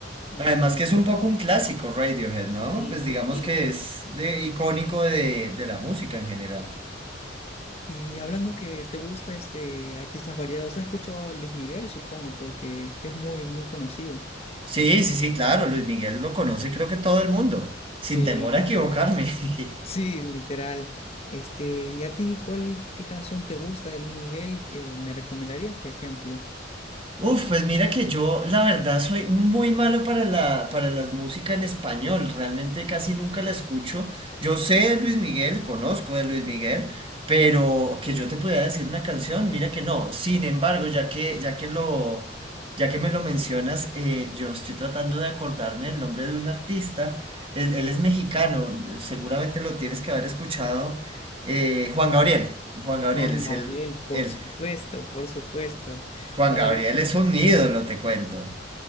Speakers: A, on the left; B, on the right.
A: Y,
B: Además que es un poco un clásico Radiohead, ¿no?
A: Sí,
B: Pues digamos
A: sí.
B: que es de, icónico de, de la música en general.
A: y hablando que te gusta este artistas variados, ¿has escuchado a Luis Miguel, supongo? Porque es muy, muy conocido.
B: Sí, sí, sí, claro, Luis Miguel lo conoce creo que todo el mundo, sin
A: Sí,
B: temor a equivocarme. <laughs>
A: Sí, literal. Este, ¿y a ti cuál, qué canción te gusta de Luis Miguel que me recomendarías, por ejemplo?
B: Uf, pues mira que yo la verdad soy muy malo para la, para las músicas en español, realmente casi nunca la escucho. Yo sé de Luis Miguel, conozco de Luis Miguel, pero que yo te pudiera decir una canción, mira que no. Sin embargo, ya que, ya que lo, ya que me lo mencionas, eh, yo estoy tratando de acordarme del nombre de un artista. Él, él es mexicano, seguramente lo tienes que haber escuchado. eh, Juan Gabriel, Juan Gabriel
A: Juan
B: es
A: Gabriel,
B: el,
A: por
B: el
A: supuesto, por supuesto.
B: Juan
A: Juan
B: Gabriel
A: Gabriel.
B: es un ídolo, te cuento.